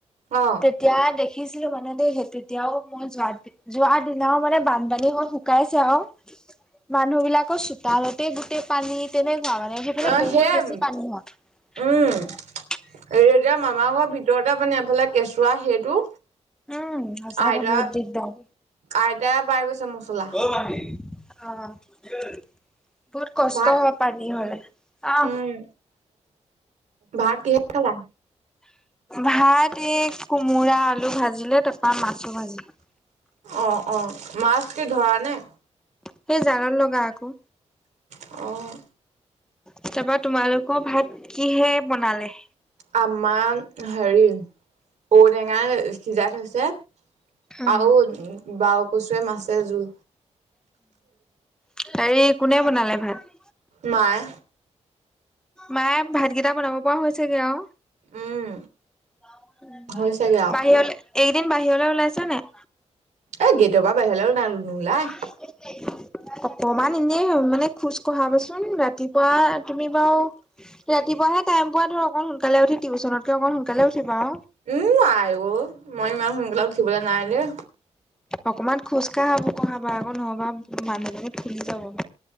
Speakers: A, on the right; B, in the centre.
A: অ'!
B: দিয়া দেখিছিলোঁ মানে, দেই, সেই তেতিয়াও। মই যোৱাতে যোৱাৰ দিনাও মানে, বানপানী হৈ শুকাইছে আৰু। মানুহ বিলাকৰ চোতালতে গোটেই পানী! তেনেকোৱা মানে। সেইফালে,
A: অ
B: বহুত
A: সেই
B: বেছি পানী হয়। <unintelligible>
A: উম এই এতিয়া, মামাৰ ঘৰৰ ভিতৰতে পানী। এফালে, কেঁচুৱা সেইটো।
B: উম, সঁচাকে
A: আইতা
B: বহুত দিগদাৰ!
A: আইতাই পাই গৈছে, মছলা।
B: ঐ মাহী? অ'! কি হ'ল? বহুত কষ্ট
A: ভাত
B: হয়, পানী হ'লে! অ'!
A: উম ভাত কিহে খালা?
B: ভাত এই, কোমোৰা-আলু ভাজিলে, তাৰপা মাছো ভাজিলে।
A: অ'! অ'! মাছ কি ধৰা নাই?
B: সেই জালত লগা আকৌ।
A: অ'!
B: তাৰাপা, তোমালোক ভাত কিহে বনালে?
A: আমাৰ সেৰি, ঔ-টেঙাই সিজাই থৈছে।
B: উম,
A: আও <unintelligible> কচুৱে, মাছে জোল।
B: সেৰি, কোনে বনালে ভাত?
A: মায়ে।
B: মায়ে ভাতকেইটা বনাব পৰা হৈছেগে আও?
A: উম
B: <inaudible>
A: হৈছেগে আও
B: বাহিৰলে, এইকেইদিন বাহিৰলে ওলাইছে নাই?
A: এই, গেটৰ পৰা বাহিৰলে নাই, নোলাই।
B: <unintelligible> অকমান এনেই মানে, খোজ কঢ়াবচোন? ৰাতিপুৱা তুমি বাৰু ৰাতিপুৱাহে টাইম পোৱা ধৰ, অকণ। সোনকালে উঠি, টিউচনতকে অকণ সোনকালে উঠিবা আও।
A: উম, আইঅ'! মই ইমান সোনকালে উঠিবলৈ নাই দেই।
B: অকমান খোজকাঢ়াব, কঢ়াবা আকৌ নহ'বা, মানুহজনী ফূলি যাব।